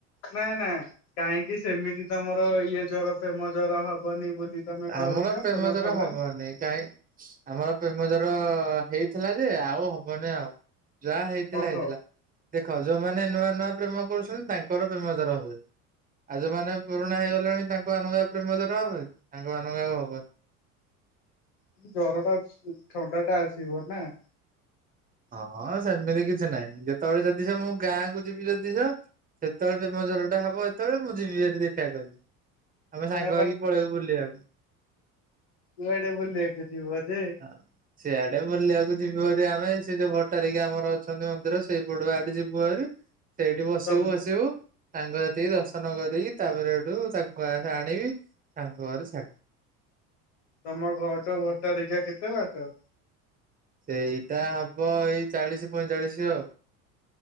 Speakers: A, on the left (about 60°); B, on the right (about 20°).
A: ନାଇଁ ନାଁ କାହିଁକି ସେମିତି ତମର ଇଏ ଜ୍ୱର ପ୍ରେମ ଜ୍ୱର ହବନି ବୋଲି। ତମେ
B: ଆମର
A: କହୁଛ
B: ପ୍ରେମ ଜ୍ୱର
A: ଥଣ୍ଡା
B: ହବନି କାହିଁ ଆମର ପ୍ରେମ ଜ୍ୱର ହେଇଥିଲା ଯେ ଆଉ ହବନି ଆଉ। ଯାହା ହେଇଥିଲା
A: ଓହୋ
B: ହେଇଥିଲା ଦେଖ ଯୋଉଁମାନେ ନୂଆ ନୂଆ ପ୍ରେମ କରୁଛନ୍ତି ତାଙ୍କର ପ୍ରେମ ଜ୍ୱର ହୁଏ। ଆଉ ଯୋଉମାନେ ପୁରୁଣା ହେଇଗଲେଣି ତାଙ୍କ ନୂଆ ପ୍ରେମ ଜ୍ୱର ହେବ ନି ତାଙ୍କ ନୂଆ ଆଉ ହବନି।
A: ହୁଁ ଜ୍ୱର ଟା ଥଣ୍ଡା ଟା ଆସିବ ନାଁ।
B: ହଁ ହଁ ସେମିତି କିଛି ନାହିଁ ଯେତେବେଳେ ଯଦିସ ମୁଁ ଗାଁକୁ ଯିବି ଯଦିସ ସେତେବେଳେ ପ୍ରେମ ଜ୍ୱର ଟା ହେବ ଯେତେବେଳେ ମୁଁ ଯିବି ଏଟି ଦେଖା କହିବି। ଆମେ ସାଙ୍ଗ
A: ଆ
B: ହେଇକି ପଳେଇବୁ ବୁଲେଇବାକୁ।
A: କୁଆଡ଼େ ବୁଲିବାକୁ ଯିବ ଯେ।
B: ହଁ। ସିଆଡ଼େ ବୁଲିବାକୁ ଯିବୁ ଆରି ଆମେ ସେ ଯୋଉ ଭଟ୍ଟାରିକା ଆମର ଅଛନ୍ତି ମନ୍ଦିର ସେଇ ପଡ଼ୁ ଆଡ଼େ ଯିବୁ ଆରି। ସେଇଠି ବସିବୁ
A: ତମ
B: ଆସିବୁ ସାଙ୍ଗ ସାଥିକି ଦର୍ଶନ କରିକି ତାପରେ ଏଇଠୁ ଚା ଗୁଆଁଙ୍ଖା ଆଣିବି ତାଙ୍କ ଘରେ ଛାଡ଼
A: ତମ ଘର ଭଟ୍ଟାରିକା କେତେ ବାଟ?
B: ସେଇଟା ହବ ଏଇ ଚାଳିଶି ପଇଁଚାଳିଶି ଆଉ।